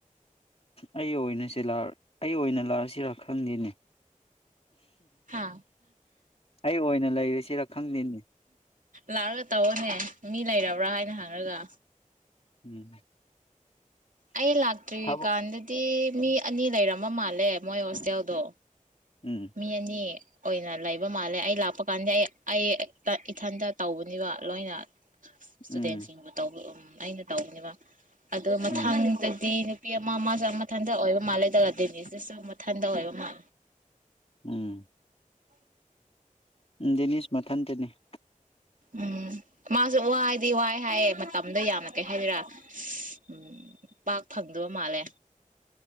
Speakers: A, on the left; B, on the right.
A: ꯑꯩ ꯑꯣꯏꯅꯁꯤ ꯑꯩ ꯑꯣꯏꯅ ꯂꯥꯛꯑꯁꯤꯔ ꯈꯪꯗꯦꯅꯦ
B: ꯍꯥ
A: ꯑꯩ ꯑꯣꯏꯅ ꯂꯩꯔꯤꯁꯤꯔ ꯈꯪꯗꯅꯤ
B: ꯂꯥꯛꯑꯒ ꯇꯧꯑꯣꯅꯦ ꯃꯤ ꯂꯩꯔꯕ꯭ꯔꯥ ꯍꯥꯏꯅ ꯍꯪꯉꯒ
A: ꯎꯝ
B: ꯑꯩ ꯂꯥꯛꯇ꯭ꯔꯤ
A: ꯊꯕꯛ
B: ꯀꯥꯟꯗꯗꯤ ꯃꯤ ꯑꯅꯤ ꯂꯩꯔꯝꯕ ꯃꯥꯜꯂꯦ ꯃꯣꯏ ꯍꯣꯁꯇꯦꯜꯗꯣ
A: ꯎꯝ
B: ꯃꯤ ꯑꯅꯤ ꯑꯣꯏꯅ ꯂꯩꯕ ꯃꯥꯜꯂꯦ ꯑꯩ ꯂꯥꯛꯄ ꯀꯥꯟꯗ ꯑꯩ ꯑꯩ ꯏꯊꯟꯇ ꯇꯧꯕꯅꯦꯕ ꯂꯣꯏꯅ ꯏꯁꯇꯨꯗꯦꯟꯁꯤꯡꯕꯨ
A: ꯎꯝ
B: ꯇꯧꯕ ꯎ ꯑꯩꯅ ꯇꯧꯕꯅꯦꯕ ꯑꯗꯨꯗ ꯃꯊꯪꯗꯗꯤ
A: ꯎꯝ
B: ꯅꯨꯄꯤ ꯑꯃ ꯃꯥꯁꯨ ꯃꯊꯟꯇ ꯑꯣꯏꯕ ꯃꯥꯜꯂꯦꯗꯒ ꯗꯦꯅꯤꯁꯁꯨ ꯃꯊꯟꯇ ꯑꯣꯏꯕ ꯃꯥ
A: ꯎꯝ ꯗꯅꯤꯁ ꯃꯊꯟꯇꯅꯤ ꯎ
B: ꯎꯝ ꯃꯥꯁꯨ ꯋꯥꯏꯗꯤ ꯋꯥꯏ ꯍꯥꯏꯌꯦ ꯃꯇꯝꯗꯣ ꯌꯥꯝꯅ ꯀꯩ ꯍꯥꯏꯗꯣꯏꯔꯥ ꯎꯝ ꯄꯥꯛ ꯐꯪꯗꯕ ꯃꯥꯜꯂꯦ